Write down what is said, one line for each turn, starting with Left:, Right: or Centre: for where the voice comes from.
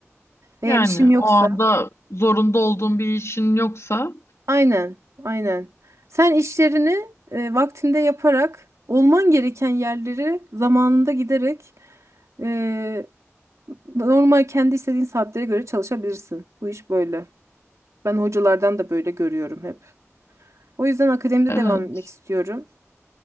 Right: Eğer
Left: Yani
Right: işim yoksa
Left: o anda zorunda olduğun bir işin yoksa
Right: Aynen, aynen. Sen işlerini e, vaktinde yaparak, olman gereken yerleri zamanında giderek e, normal kendi istediğin saatlere göre çalışabilirsin. Bu iş böyle. Ben hocalardan da böyle görüyorum hep. O yüzden akademide
Left: evet.
Right: devam etmek istiyorum.